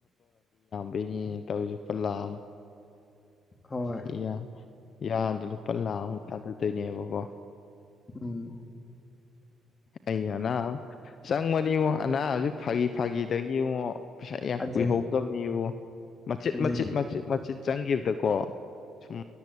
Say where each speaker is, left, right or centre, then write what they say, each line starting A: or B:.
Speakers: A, on the left; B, on the left.
A: ꯗꯨꯅꯤ ꯇꯧꯁꯨ ꯂꯨꯄꯥ ꯂꯥꯛ ꯑꯃ
B: ꯍꯣꯏ
A: ꯁꯤ ꯌꯥ ꯌꯥꯗ ꯂꯨꯄꯥ ꯂꯥꯛꯃꯨꯛ ꯊꯥꯗꯗꯣꯏꯅꯦꯕ ꯀꯣ
B: ꯎꯝ
A: ꯑꯩ ꯑꯅꯕ ꯆꯪꯕꯅꯤꯉꯣ ꯑꯅꯥꯕ ꯐꯥꯒꯤ ꯐꯥꯒꯤꯗ ꯏꯉꯣ ꯄꯩꯁ ꯌꯥꯝ
B: ꯑꯗꯨꯅꯤ
A: ꯀꯨꯏꯍꯧꯗꯕꯅꯤꯕ ꯃꯆꯤꯠ
B: ꯑꯗꯨꯅꯤ
A: ꯃꯆꯤꯠ ꯃꯆꯤꯠ ꯃꯆꯤꯠ ꯆꯪꯈꯤꯕꯗ ꯀꯣ ꯁꯨꯝ